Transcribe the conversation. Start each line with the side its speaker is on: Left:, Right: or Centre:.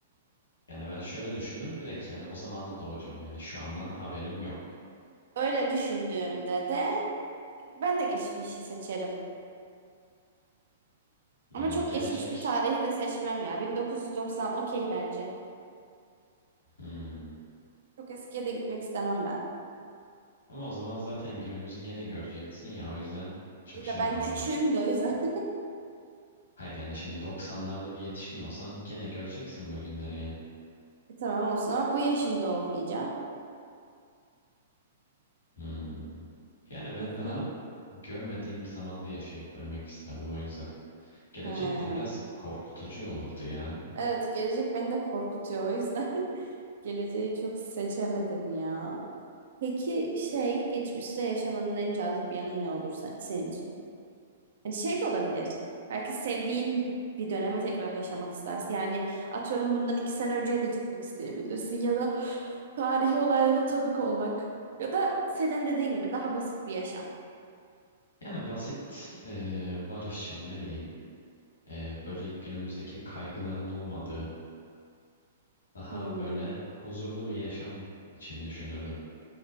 Left: Yani ben şöyle düşündüm direkt yani o zaman da doğacağım yani şu andan haberim yok.
Right: Öyle düşündüğümde de ben de geçmişi seçerim. Ama
Left: Yani
Right: çok
Left: gelecek.
Right: geçmiş bir tarihi de seçmem ya. 1990 okey bence.
Left: Hmm.
Right: Çok eskiye de gitmek istemem ben.
Left: Ama o zaman zaten günümüzü gene göreceksin ya o yüzden çok
Right: İyi
Left: şey
Right: de
Left: yapmadım
Right: ben küçüğüm
Left: ben.
Right: de o yüzden. <laughs>
Left: Hayır yani şimdi 90'larda bir yetişkin olsan gene göreceksin bu günleri yani.
Right: E, tamam olsun ama bu yaşımda olmayacağım.
Left: Hmm. Yani ben
Right: Hı
Left: daha
Right: hı.
Left: görmediğim bir zamanda yaşayıp ölmek isterdim o yüzden. Gelecek
Right: Ha.
Left: de biraz korkutucu olurdu yani.
Right: Evet gelecek beni de korkutuyor o yüzden. <laughs> Geleceği çok seçemedim ya. Peki şey geçmişte yaşamanın en cazip yanı ne olur sen- senin için? Hani şey de olabilir. Belki sevdiğin bir döneme tekrar yaşamak istersin. Yani atıyorum bundan iki sene önceye de gitmek isteyebilirsin ya da tarihi olaylara tanık olmak ya da senin dediğin gibi daha basit bir yaşam.
Left: Yani basit, e, barışçıl ne bileyim. e, böyle günümüzdeki kaygıların olmadığı daha
Right: Hmm.
Left: böyle huzurlu bir yaşam için düşünürdüm.